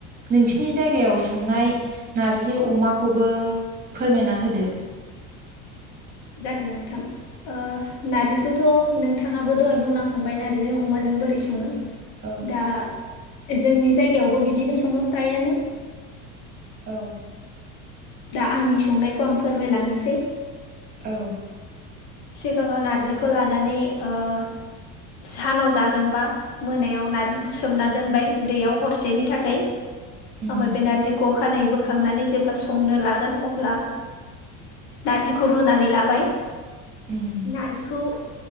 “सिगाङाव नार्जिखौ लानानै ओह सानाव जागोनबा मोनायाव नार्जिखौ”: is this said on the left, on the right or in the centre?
Left